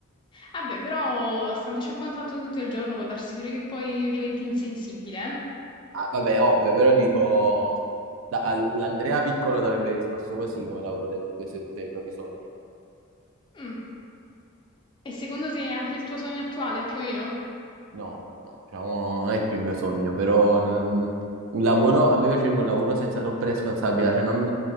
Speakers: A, on the left (about 20°); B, on the right (about 65°).
A: Vabbè, però standoci a contatto tutto il giorno può darsi pure che poi diventi insensibile.
B: Ah, vabbè, ovvio, però dico... da- al- L'Andrea piccolo sarebbe risposto così come lavoro dei, dei suoi- dei propri sogni.
A: eh? Mm. E secondo te anche il tuo sogno attuale, più o meno?
B: No, no, diciamo, non è più il mio sogno, però non- un lavoro, a me piacerebbe un lavoro senza troppe responsabilità, cioè non,